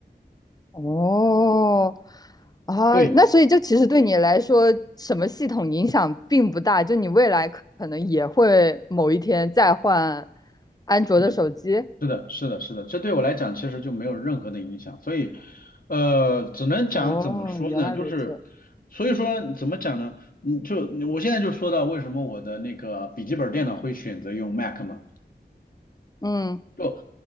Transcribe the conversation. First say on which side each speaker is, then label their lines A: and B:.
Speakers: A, on the left (about 20°); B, on the left (about 50°).
A: 哦，啊，
B: 对，
A: 那所以就其实对你来说，什么系统影响并不大，就你未来可可能也会某一天再换安卓的手机。
B: 是的，是的，是的，是的，这对我来讲其实就没有任何的影响，所以，呃，只能讲怎么说呢，
A: 哦，原来如此。
B: 就是，所以说怎么讲呢？你就我现在就说到为什么我的那个笔记本电脑会选择用 Mac 嘛，
A: 嗯，
B: 就